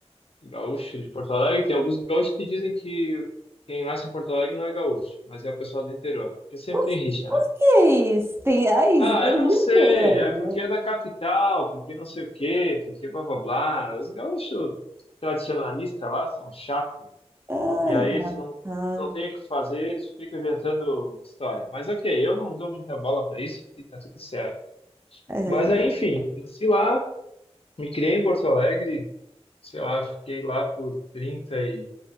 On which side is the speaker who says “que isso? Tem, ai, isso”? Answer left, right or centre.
Right